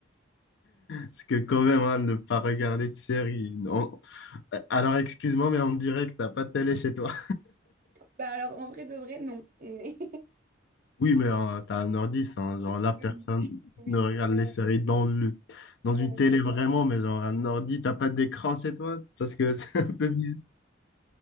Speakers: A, on the left; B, on the right.
A: Parce que quand même, hein, ne pas regarder de série. non. Alors, excuse-moi, mais on dirait que t'as pas de télé chez toi.
B: Bah alors en vrai de vrai, non. Mais-
A: Oui, mais euh, t'as un ordi, ça, hein. Genre,
B: <laughs>
A: la personne
B: Oui,
A: ne
B: oui,
A: regarde
B: oui,
A: les Ouais. séries dans le, dans
B: non.
A: une télé vraiment, mais genre, un ordi, t'as pas d'écran chez toi? Parce que <laughs> c'est un peu bizarre.